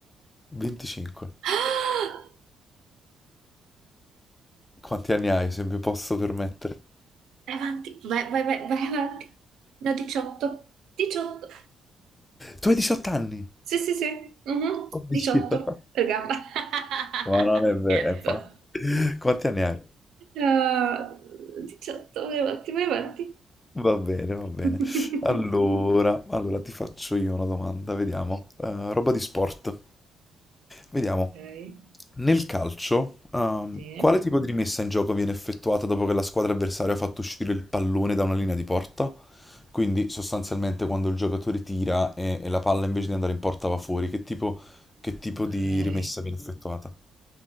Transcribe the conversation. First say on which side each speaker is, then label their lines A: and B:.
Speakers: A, on the left (about 15°); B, on the right (about 75°).
A: 25.
B: <gasps> Ah!
A: Quanti anni hai, se mi posso permettere?
B: Vai avanti, vai, vai, vai, vai avanti. Ne ho 18. 18.
A: Tu hai 18 anni?
B: Sì, sì, sì. Mhm.
A: Oddio.
B: 18
A: <laughs>
B: per gamba. <laughs>
A: Ma non è vero,
B: Scherzo.
A: infatti. Quanti anni hai?
B: Ah, 18, vai avanti, vai avanti.
A: Va bene, va
B: <laughs>
A: bene. Allora, allora ti faccio io una domanda, vediamo. Eh, roba di sport. Vediamo.
B: Ok,
A: Nel calcio, ehm,
B: sì,
A: quale tipo di rimessa in gioco viene effettuata dopo che la squadra avversaria ha fatto uscire il pallone da una linea di porta? Quindi sostanzialmente quando il giocatore tira e, e la palla invece di andare in porta va fuori, che tipo, che tipo
B: ok.
A: di rimessa viene effettuata?